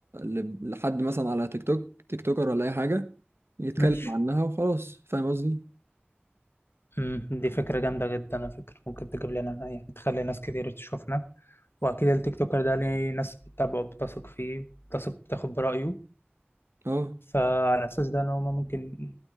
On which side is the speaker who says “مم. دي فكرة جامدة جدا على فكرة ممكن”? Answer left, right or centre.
Left